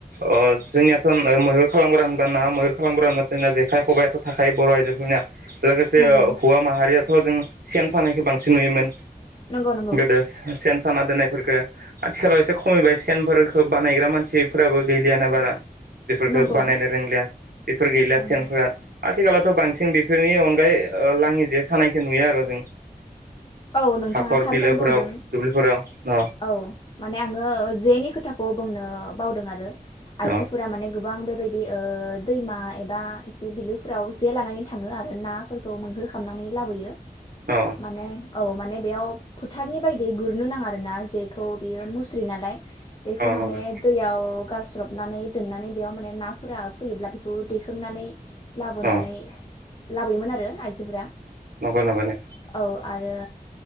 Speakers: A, on the right; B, on the left.
A: ओ जोंनियाथ' मैहुर खालामग्रा होनबा ना मैहेर खालामग्रा होनबा जोंना जेखाइ खबायाथ' थाखायो बर' आइजोफोरनिया। लोगोसे
B: नंगौ
A: हौवा माहारियाथ' जों सेन सानायखौ बांसिन नुयोमोन,
B: नंगौ नंगौ
A: गोदो सेन साना दोननायफोरखौ। आथिखालाव एसे खमायबाय सेनफोरखौ बानायग्रा मानसिफोराबो गैलियाना बारा। बेफोर खौ
B: नंगौ
A: बानायनो रोंलिया, बेफोर गैलि
B: नंगौ
A: सेनफ्रा। आथिखालावथ' बांसिन बांसिन बेफोरनि अनगायै लाङि जे सानायखौ नुयो आरो जों
B: औ नोंथाङा
A: हाखर
B: थारखौ
A: बिलोफोराव
B: बुंदों
A: दुब्लिफोराव अ
B: औ माने आङो जेनि खोथाखौ बुंनो ओ बावदों आरो।
A: अ
B: आइजोफोरा माने गोबां बेबायदि बिदि ओ दैमा एबा एसे बिलोफोराव जे लानानै थाङो आरो नाफोरखौ मैहुर खालामनानै लाबोयो,
A: अ
B: माने औ माने बेयाव फोथारनि बायदि गुरनो नाङा आरोना जेखौ बियो मुस्रि नालाय बेखौ माने
A: नंगौ
B: दैयाव गारस्रबनानै दोननानै बेयाव माने नाफोरा फैयोब्ला बेखौ दैखांनानै लाबोनानै
A: अ
B: लाबोयोमोन आरो आइजोफोरा।
A: नंगौ नंगौनो।
B: औ आरो